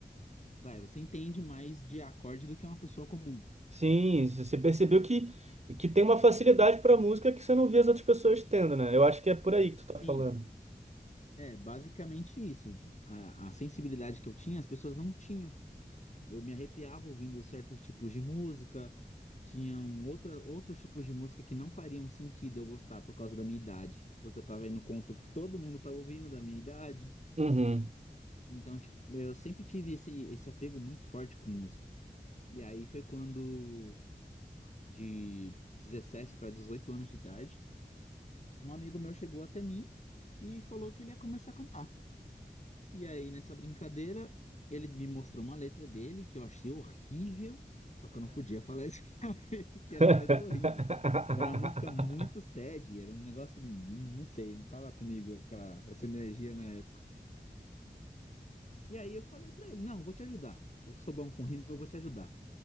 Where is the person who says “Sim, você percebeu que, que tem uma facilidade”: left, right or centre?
Right